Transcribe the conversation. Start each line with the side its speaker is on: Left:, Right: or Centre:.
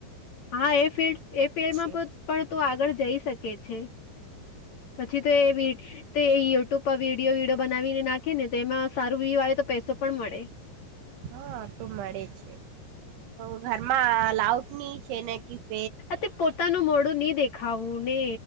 Left: હા એ ફિલ્ડ. એ ફિલ્ડમાં
Right: છે
Left: પણ તું આગળ જઈ શકે છે. પછી તો એ વિડ તે યે યુટ્યુબ પર વિડીયો વિડીયો બનાવીને નાખે ને તો એમાં. સારું વ્યુ આવે તો પૈસો પણ મળે.
Right: હા તો મળે છે. તો ઘરમાં અલાઉટ ની છે ને કી.
Left: તે પોતાનું મોડું નહી દેખાવું ને